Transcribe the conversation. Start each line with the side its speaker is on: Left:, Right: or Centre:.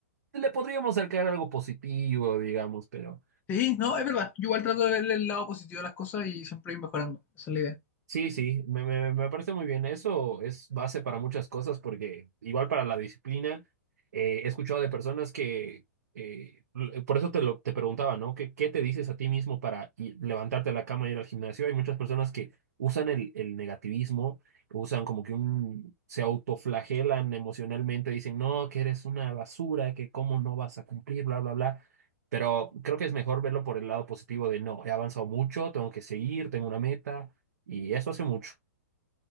Right: le podríamos sacar algo positivo, digamos, pero...
Left: Sí, no, es verdad. Yo igual trato de verle el lado positivo a las cosas y siempre ir mejorando. Esa es la idea.
Right: Sí, sí, me, me, me parece muy bien. Eso es base para muchas cosas porque igual para la disciplina, eh, he escuchado de personas que, eh, l- por eso te lo, te preguntaba, ¿no? ¿Qué, qué te dices a ti mismo para i- levantarte de la cama y ir al gimnasio? Hay muchas personas que usan el, el negativismo, usan como que un, se autoflagelan emocionalmente, dicen, no, que eres una basura, que cómo no vas a cumplir, bla, bla, bla. Pero creo que es mejor verlo por el lado positivo de, no, he avanzado mucho, tengo que seguir, tengo una meta y eso hace mucho.